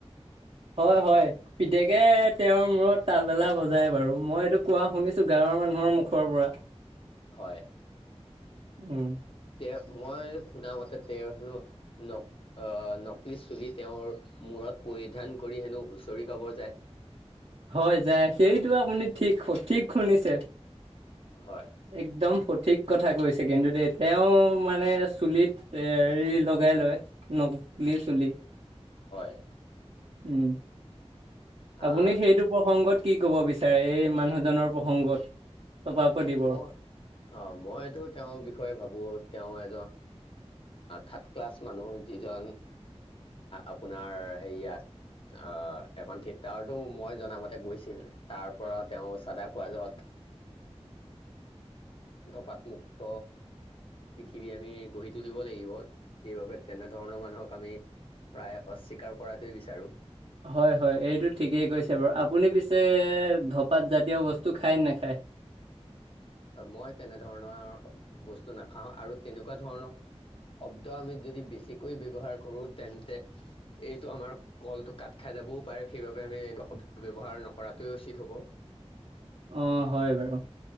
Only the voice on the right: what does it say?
হয় হয় পিতেকে তেওঁৰ মূৰত তাবলা বজায় বাৰু, মই এইটো কোৱা শুনিছো গাঁৱৰ <unintelligible> মানুহৰ মুখৰ পৰা।
উম
হয়, যায় সেইটো আপুনি ঠিক ঠিক শুনিছে।
একদম শুদ্ধ ঠিক কথা কৈছে কিন্তু দেই তেওঁ মানে চুলিত হেৰি লগাই লয় ন লে চলি
উম।
আপুনি সেইটো প্ৰসংগত কি ক'ব বিচাৰে এই মানুহজনৰ প্ৰসংগত তপাপতিবৰ
হয়, হয় এইটো ঠিকেই কৈছে বাৰু। আপুনি পিছে ধপাত জাতীয় বস্তু খায় নে নাখায়।
আহ হয় বাৰু